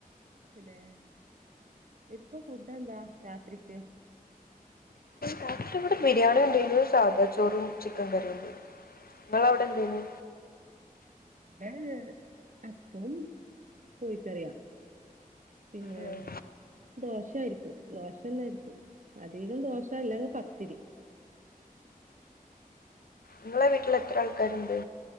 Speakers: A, on the right; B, on the left.
A: പിതെ ഇപ്പൊ ഫുഡ് എന്താ രാത്രിക്ക് <unintelligible>
B: രാത്രി ഇവിടെ ബിരിയാണി ഉണ്ടരുന്നു. സാദാ ചോറും ചിക്കൻ കറിയും ഉണ്ടരുന്നു. നിങ്ങൾ അവിടെ എന്തെന്ന്.
A: ഇവിടെ അപ്പോം കോയിക്കറിയാ പിന്നെ?
B: ഉം.
A: ദോശയിരിക്കും ദോശ തന്നായിരിക്കും അധികം ദോശല്ലങ്ങ് പത്തിരി,
B: നിങ്ങളെ വീട്ടിൽ എത്ര ആൾക്കാരുണ്ട്?